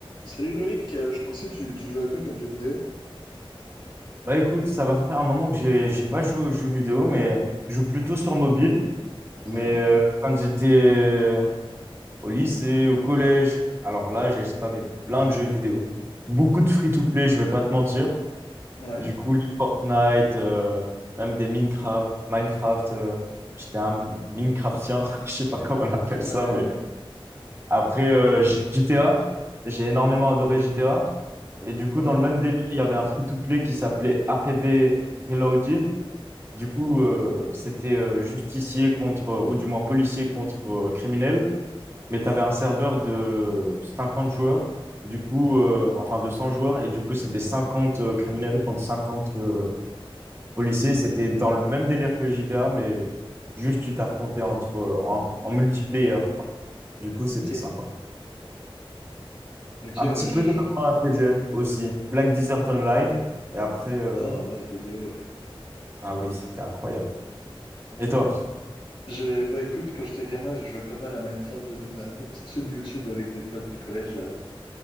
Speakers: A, on the left (about 60°); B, on the right (about 25°).
A: Salut Loïc, euh, je pensais tu, tu joues à quoi comme jeu vidéo?
B: Bah écoute, ça va faire un moment que j'ai j'ai pas joué aux jeux vidéo, mais je joue plutôt sur mobile. Mais
A: Ouais,
B: euh, quand j'étais au lycée, au collège, alors là, j'ai spammé plein de jeux vidéo. Beaucoup de free-to-play, je vais pas te mentir.
A: ouais,
B: Du coup, les Fortnite, euh, même des Minecraft, Minecraft, euh, j'étais un Minecraftien, <laughs> je sais pas comment on appelle ça,
A: ouais,
B: mais
A: ouais,
B: après euh, GTA, j'ai énormément adoré GTA. Et du coup,
A: ouais,
B: dans le même délire, il y avait un free-to-play qui s'appelait APB Reloaded. Du coup, euh, c'était euh, justicier contre, euh, ou du moins policier contre euh, criminel, mais tu avais un serveur de 50 joueurs, du coup, euh, enfin de 100 joueurs, et du coup, c'était 50 euh, criminels contre 50 euh, policiers. C'était dans le même délire que GTA, mais juste tu t'affrontais entre, euh, en, en multiplayer, quoi. Du coup, c'était
A: ok.
B: sympa.
A: Ok,
B: Un
A: ouais,
B: petit
A: j'ai
B: peu
A: joué.
B: de RPG aussi, Black Desert Online, et après, euh,
A: Ah ouais, BDO, ouais.
B: ah oui, c'était incroyable.
A: Mm.
B: Et toi?
A: J'ai... Bah écoute, quand j'étais gamin, j'ai joué pas mal à Minecraft, j'avais ma, ma petite chaîne YouTube avec des potes du collège euh,